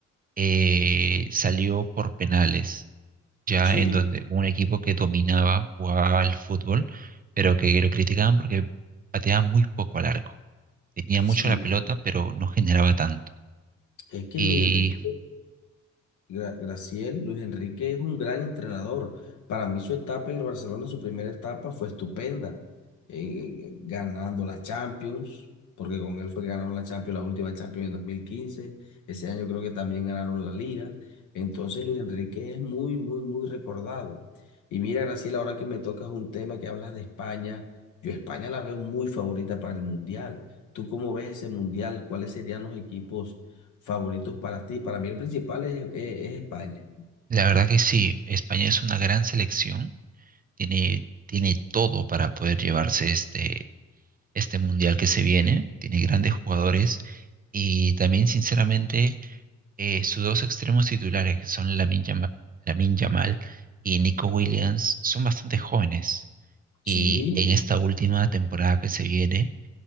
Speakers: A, on the right (about 30°); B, on the left (about 75°).
A: eh, salió por penales, ya
B: Sí,
A: en donde un equipo que dominaba, jugaba al fútbol, pero que lo criticaban porque pateaba muy poco al arco tenía
B: Sí,
A: mucho la pelota, pero no generaba tanto.
B: es que
A: Y
B: Luis Enrique Gra- Graciel, Luis Enrique es un gran entrenador. Para mí su etapa en el Barcelona, su primera etapa fue estupenda, eh, eh, ganando la Champions, porque con él fue que ganaron la Champions, la última Champions en 2015. Ese año creo que también ganaron la Liga. Entonces Luis Enrique es muy, muy, muy recordado. Y mira, Graciel, ahora que me tocas un tema que hablas de España, yo España la veo muy favorita para el Mundial. ¿Tú cómo ves ese Mundial? ¿Cuáles serían los equipos? favoritos para ti? Para mí el principal es, es- es España.
A: la verdad que sí, España es una gran selección, tiene, tiene todo para poder llevarse este, este mundial que se viene, tiene grandes jugadores y también, sinceramente, eh, sus dos extremos titulares, que son Lamin Yamal y Nico Williams, son bastante jóvenes. Y
B: Sí,
A: en esta última temporada que se viene,